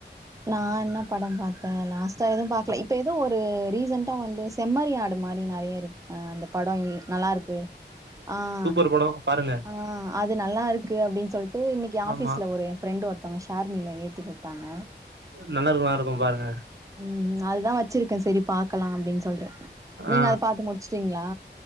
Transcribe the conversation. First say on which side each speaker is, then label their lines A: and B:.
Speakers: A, on the right; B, on the right.
A: நா என்ன படம் பார்த்த லாஸ்டா எதுவும் பாக்கல இப்ப ஏதோ ஒரு ரீசன்டா வந்து செம்மறி ஆடு மாதிரி நெறைய இருக்கு அந்த படம் இ நல்லா இருக்கு ஆஹ்
B: ஒரு படம் பாருங்க
A: ஆஹ் அது நல்லா இருக்கு அப்டின்னு சொல்லிட்டு இன்னிக்கு ஆஃபீஸ்ல
B: ஆமா
A: ஒரு ஃபிரண்ட் ஒருத்தங்க ஷார்மியில் ஏத்தி குடுத்தாங்க
B: நல்லா இருக்கும் நல்லா இருக்கும் பாருங்க
A: ம் அதுதா வச்சிருக்க சரி பார்க்கலா அப்டின்னு சொல்லிட்டு
B: ஆ
A: நீங்க அத பாத்துு முடிச்சுட்டீங்களா